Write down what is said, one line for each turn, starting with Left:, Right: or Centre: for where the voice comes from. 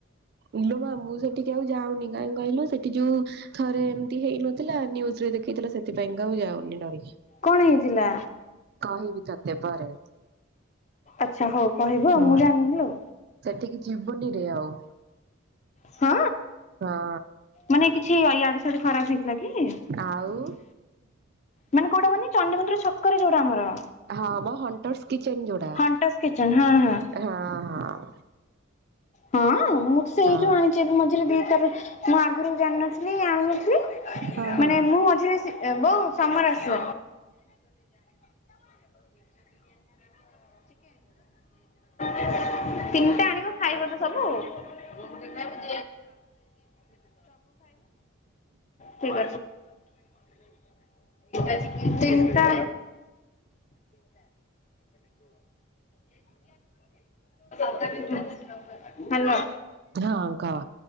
Right: ଇଲୋ ମା ମୁଁ ସେଠିକି ଆଉ ଯାଉନି କାହିଁ କହିଲୁ ସେଠି ଯୋଉ ଥରେ ଏମତି ହେଇନଥିଲା, ନିୟୁଜରେ ଦେଖେଇଥିଲା ସେଥିପାଇଁକା ଆଉ ଯାଉନି ଡରିକି।
Left: କଣ ହେଇଥିଲା?
Right: କହି ବି ତ ତେ ଭରେ
Left: ଆଚ୍ଛା ହଉ କହିବଉ
Right: ହଁ
Left: ମୁଁ ଜାଣିଲି ଆଉ
Right: ସେଠିକି ଯିବୁନି ରେ ଆଉ।
Left: ହଁ
Right: ହଁ
Left: ମାନେ କିଛି ଇଆଡେ ସଡୁ ଖରାପ ହେଇଥିଲା କି?
Right: ଆଉ
Left: ମାନେ କୋଉଟା କନି ଚଡିମନ୍ଦିର କରେ ଯୋଉଟା ଆମର।
Right: ହଁ ହମ ହୁଣ୍ଟର୍ସ କିଚନ ଯୋଡା
Left: ହଣ୍ଟସ୍ କିଚେନ୍ ହଁ ହଁ।
Right: ହ ହ
Left: ହଁ ମୁଁ ସେଇଠୁ
Right: ହଁ
Left: ଆଣିଛି ଏବେ ମଝିରେ ଦି ତାର ମୁଁ ଆଗରୁ ଜାଣିନଥିଲି ଆଣୁନଥିଲି।
Right: ହଁ ହଁ
Left: ମାନେ
Right: ହଁ।
Left: ମୁଁ ମଝିରେ ଏବ ସମର ଆସିବ <unintelligible> ତିନିଟା <unintelligible> ଖାଇବତ ସବୁ। ମୁ ଖାଇବ ଠିକ ଅଛି। ତିନିଟା <unintelligible> ହ୍ୟାଲୋ
Right: ହଁ କହ